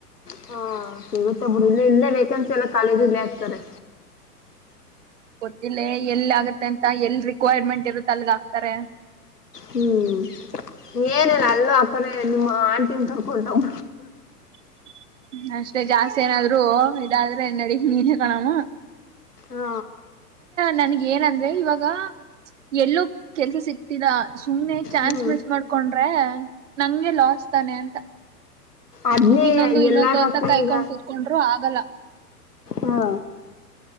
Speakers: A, on the left; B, on the right.
A: ಹಾ ಇವತ್ತೊಬ್ರು ಇಲ್ಲ ಇಲ್ಲೇ ವೇಕೆನ್ಸಿ ಎಲ್ಲ ಕಖಾಲದು ಇಲ್ಲೇ ಆಗ್ತಾರೆ
B: ಗೊತ್ತಿಲ್ಲ ಎಲ್ ಆಗತ್ತೆ ಅಂತ ಎಲ್ ರಿಕ್ವೈರ್ಮೆಂಟ್ ಇರುತ್ತೆ ಅಲ್ಗ ಆಾಕ್ತಾರೆ
A: ಹ್ಮ್ ಏನಿಲ್ಲ ಅಲ್ಲೂ ಅಕರ ನಿಮ್ಮ ಆಂಟಿನ್ ತರ್ಕೊೊಂಡವ
B: <inaudible> ಅಷ್ಟೇ ಜಾಸ್ತಿ ಏನಾದ್ರು ಇದಾದ್ರೆಡ ನೀನೇ ಕಣಾಮ
A: ಹ
B: ನನ್ಗ ಏನಂದ್ರೆ ಇವಾಗ ಎಲ್ಲೂ ಕೆಲ್ಸ ಸಿಕ್ತಿದ ಸುಮ್ನೆ ಚಾನ್ಸ್
A: ಹ್ಮ್
B: ಮಿಸ್ ಮಾಡ್ಕೊಂಡ್ರೆ ನಂಗೆ ಲಾಸ್ ತಾನೆ ಅಂತ
A: ಅದ್ನೇ
B: ಇನ್ನೊಂದು ಇನ್ನೊಂದು
A: ಎಲ್ಲಾರು
B: ಅಂತ
A: ಅಷ್ಟ
B: ಕಾಯ್ಕೊಂಡ್
A: ಈಗ
B: ಕೂತ್ಕೊಂಡ್ರು ಆಗಲ್ಲ
A: ಹಾ